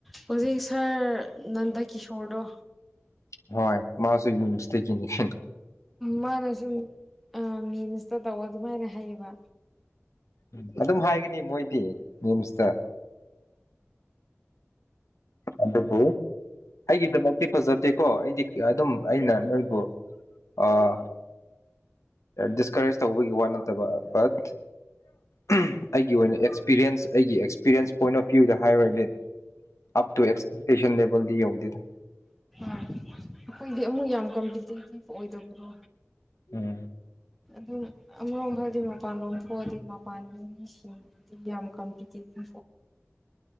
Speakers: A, in the centre; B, on the left (about 80°).
A: ꯍꯧꯖꯤꯛ ꯁꯥꯔ ꯅꯟꯗꯀꯤꯁꯣꯔꯗꯣ
B: ꯍꯣꯏ ꯃꯥꯁꯨ ꯏꯃꯨꯟ ꯏꯁꯇꯗꯤꯅꯦ ꯍꯦ
A: ꯃꯥꯅ ꯁꯨꯝ ꯑ ꯃꯤꯟꯁꯇ ꯇꯧ ꯑꯗꯨꯃꯥꯏꯅ ꯍꯩꯌꯦꯕ
B: ꯎꯝ ꯑꯗꯨꯝ ꯍꯥꯏꯒꯅꯤ ꯃꯣꯏꯗꯤ ꯅꯤꯝꯁꯇ ꯑꯗꯨꯕꯨ ꯑꯩꯒꯤꯗꯃꯛꯇꯤ ꯐꯖꯗꯦꯀꯣ ꯑꯩꯗꯤ ꯑꯗꯨꯝ ꯑꯩꯅ ꯅꯣꯏꯕꯨ ꯑꯥ ꯗꯤꯁꯀꯔꯦꯖ ꯇꯧꯕꯒꯤ ꯋꯥ ꯅꯠꯇꯕ ꯕꯠ ꯎꯝ ꯑꯩꯒꯤ ꯑꯣꯏꯅ ꯑꯦꯛꯁꯄꯤꯔꯤꯌꯦꯟꯁ ꯑꯩꯒꯤ ꯑꯦꯛꯁꯄꯤꯔꯤꯌꯦꯟꯁ ꯄꯣꯏꯟ ꯑꯣꯐ ꯚ꯭ꯌꯨꯗ ꯍꯥꯏꯔꯨꯔꯗꯤ ꯑꯞ ꯇ ꯨꯑꯦꯛꯁꯄꯦꯛꯇꯦꯁꯟ ꯂꯦꯕꯦꯜꯗꯤ ꯌꯧꯗꯦꯗ
A: ꯑ ꯑꯩꯈꯣꯏꯗꯤ ꯑꯃꯨꯛ ꯌꯥꯝ ꯀꯝꯄꯤꯇꯤꯚ ꯑꯣꯏꯗꯕ꯭ꯔꯣ
B: ꯎꯝ
A: ꯑꯗꯨꯅ ꯑꯃꯔꯣꯝ ꯍꯥꯏꯔꯗꯤ ꯃꯄꯥꯟꯂꯣꯝ ꯊꯣꯛꯑꯗꯤ ꯃꯄꯥꯟꯒꯤ ꯃꯤꯁꯤꯡꯗꯤ ꯌꯥꯝ ꯀꯝꯄꯤꯇꯤꯚ